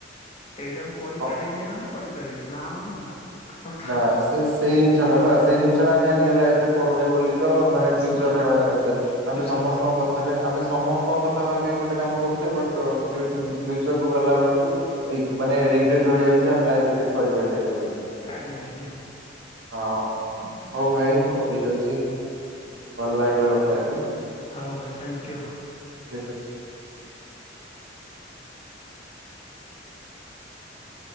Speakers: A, on the left; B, on the right.
A: ଏଇଟା ମୁଁ କରିପାରିବିନି
B: ହଁ,
A: ମାନେ କରିପାରିବିନି ନା ମାନେ ନା। ଆପଣ
B: ନା ସେ ସେଇ ଜିନିଷ ଟା ବା ସେଇ ଜିନିଷ ଟା ଆମେ ଆଜିକାଲି ଲାଇଫ୍ ରେ କରୁନେ ବୋଲି ତ ମାନେ
A: ହଁ
B: ଫ୍ୟୁଚରେ ହଇରାଣ ହ‌ଉଛେ। ଆମେ
A: ଫ୍ୟୁଚର
B: ସମସ୍ତଙ୍କ
A: ହଇରାଣ ହଉଛି
B: କଥାରେ ଆମେ ସମସ୍ତଙ୍କ କଥା ଭାବିକି ଗୋଟେ କାମ କରୁଚେ ବଟ୍ ଫ୍ୟୁ ଫ୍ୟୁଚର୍ କୁ ଗଲା ବେଳକୁ ଇ ମାନେ ରିଗ୍ରେଟ୍ ରହିଯାଉଛି ଆମେ ଲାଇଫ୍ ରେ କିଛି କରିପାରିଲେନି ବୋଲି
A: ଆଜ୍ଞା ଆଜ୍ଞା।
B: ହଁ ହଉ ଭାଇ
A: ହଉ।
B: ଠିକ୍ ଅଛି। ଭଲ୍ ଲାଗିଲା କଥା ହେଇକି।
A: ହଉ ଭାଇ ଥ୍ୟାଙ୍କ୍ୟୁ।
B: ଠିକ୍ ଅଛି।